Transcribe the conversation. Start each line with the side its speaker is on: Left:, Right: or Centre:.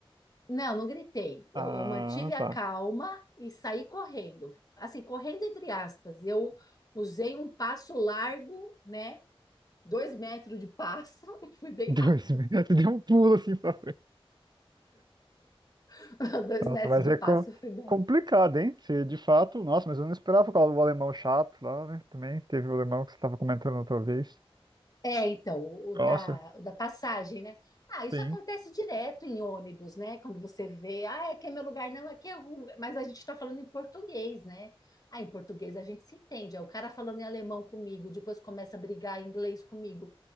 Left: não, não gritei. Eu,
Right: Ah,
Left: eu mantive a
Right: tá.
Left: calma e saí correndo. Assim, correndo entre aspas. Eu usei um passo largo, né? dois metros de passo <laughs> e fui bem
Right: Dois,
Left: rápido.
Right: <laughs> você deu um pulo assim pra
Left: <laughs> Dois
Right: Nossa,
Left: metros
Right: mas
Left: de
Right: é
Left: passo
Right: co-
Left: e fui bem. rápido.
Right: complicado, hein? Se de fato, nossa, mas eu não esperava por causa do alemão chato lá, né? Também teve o alemão que você estava comentando outra vez.
Left: É, então, o o
Right: Nossa,
Left: da, o da passagem, né? Ah, isso
Right: sim.
Left: acontece direto em ônibus, né? Quando você vê, ah, aqui é meu lugar, não, aqui é rua. Mas a gente está falando em português, né? Ah, em português a gente se entende. Aí o cara falando em alemão comigo, depois começa a brigar em inglês comigo